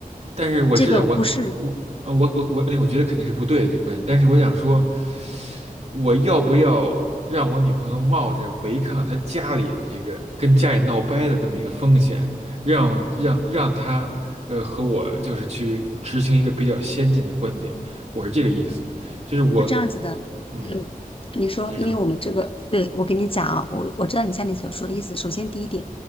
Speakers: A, on the right; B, on the left.
A: 但是我知道我肯我呃我我我我觉得肯定是不对的这个观点，
B: 这个不是，
A: 但是我想说，我要不要让我女朋友冒着违抗她家里的这个跟家里闹掰的这么一个风险，让让让她呃和我就是去执行一个比较先进的观点，我是这个意思，就是我
B: 是这样子的，
A: 嗯，
B: 嗯，你说，
A: 您说
B: 因为我们这个，对，我跟你讲啊，我我知道你下面所说的意思。首先，第一点，